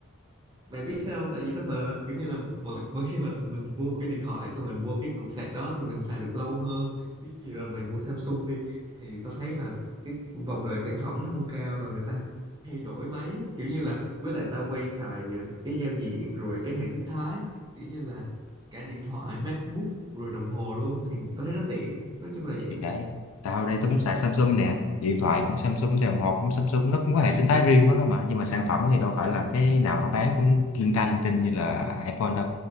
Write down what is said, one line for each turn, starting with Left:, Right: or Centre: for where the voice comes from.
Right: mày biết sao không? Tại vì nó bền, kiểu như là mỗi, mỗi khi mà mình mua một cái điện thoại, xong mình mua cái cục sạc đó thì mình xài được lâu hơn. Ví dụ là mày mua Samsung đi, thì tao thấy là cái vòng đời sản phẩm nó không cao và người ta thay đổi máy. Kiểu như là, với lại tao quen xài ờ, cái giao diện rồi cái hệ sinh thái, kiểu như là cả điện thoại, MacBook rồi đồng hồ luôn thì tao thấy nó tiện. Nói chung là vậy.
Left: thì đấy tao đây tao cũng xài Samsung nè điện thoại cũng Samsung thì đồng hồ cũng Samsung nó cũng có hệ sinh thái riêng của nó mà nhưng mà sản phẩm thì đâu phải là cái nào nó bán cũng linh ta linh tinh như là iPhone đâu